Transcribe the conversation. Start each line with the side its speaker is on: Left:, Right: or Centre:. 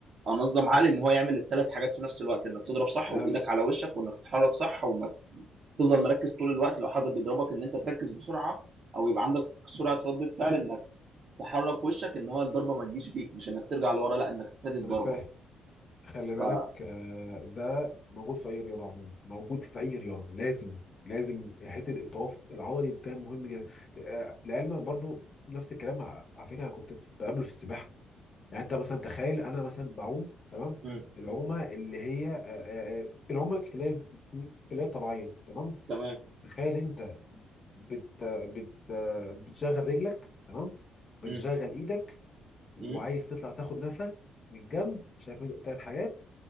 Right: انظم عقلي ان هو يعمل الثلاث حاجات في نفس الوقت انك تضرب صح
Left: لا
Right: وايدك
Left: لا
Right: على وشك وانك تتحرك صح وما تفضل مركز طول الوقت لو حد بيضربك ان انت تركز بسرعه او يبقى عندك سرعه رده فعل انك تحرك وشك ان هو الضربه ما تجيش فيك مش انك ترجع لورا لا انك تفادي الضربه
Left: انا فاهم خلي بالك
Right: ف
Left: آه، ده موجود في اي رياضه عموما موجود في اي رياضه لازم لازم حته التوافق العضلي ده مهم جدا آه، لعلمك برضو نفس الكلام على على فكره انا كنت بقابله في السباحه يعني انت مثلا تخيل انا مثلا بعوم تمام
Right: مم.
Left: العومه اللي هي آه، آه، آه، العومه اللي هي اللي هي طبيعيه تمام
Right: تمام
Left: تخيل انت بت بت بتشغل رجلك تمام بتشغل
Right: مم.
Left: ايدك وعايز
Right: مم.
Left: تطلع تاخد نفس من الجنب شايف انت تلات حاجات